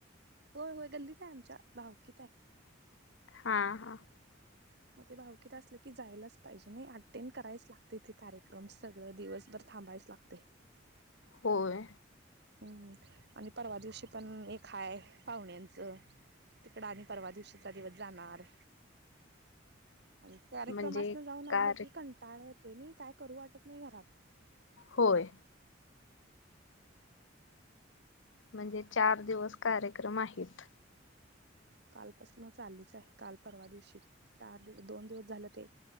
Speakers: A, on the right; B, on the left.
A: होय होय गल्लीत आहे आमच्या, भावकीत आहे
B: हा- हा
A: मग ते भावकीत असलं की जायलाच पाहिजे नाही अटेंड करायचं लागतंय ते कार्यक्रम सगळं दिवसभर थांबायच लागतंय.
B: होय.
A: हम्म आणि परवा दिवशी पण एक आहे, पाहुण्यांचं तिकडं आणि परवा दिवशीचा दिवस जाणार आणि कार्यक्रमास्न
B: म्हणजे
A: जाऊन
B: कार्य
A: आलं की कंटाळा येतोय नाही, काही करू वाटत नाही घरात.
B: होय म्हणजे चार दिवस कार्यक्रम आहेत.
A: कालपासून चालूच आहे. काल परवा दिवशी चार दि दोन दिवस झालं ते